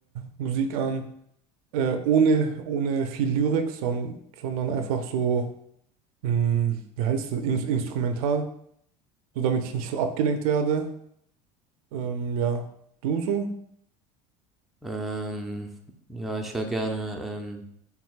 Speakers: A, on the right (about 80°); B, in the centre.
A: äh, Musik an, äh, ohne, ohne viel Lyrik, son sondern einfach so, mh, wie heißt das, In instrumental, so damit ich nicht so abgelenkt werde. Ähm, ja, du so?
B: Ähm, ja, ich höre gerne ähm,